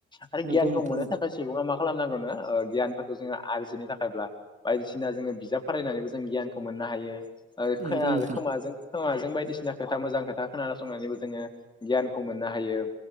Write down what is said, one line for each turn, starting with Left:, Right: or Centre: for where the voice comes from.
Left: आरो
Right: नंगौ
Left: गियानखौ
Right: नोंथां
Left: मोननो थाखाय सुबुङा मा खालामनांगौ नो ओ गियानफोरखौ जोङो आरजिनो थाखायब्ला बायदिसिना जोङो बिजाब फारायनानैबो जों गियानखौ मोननो हायो ओ खोया
Right: नंगौ नंगौ नोंथां
Left: खोमाजों खोमाजों बायदिसिना खोथा मोजां खोथा खोनासंनानैबो जोङो गियानखौ मोननो हायो।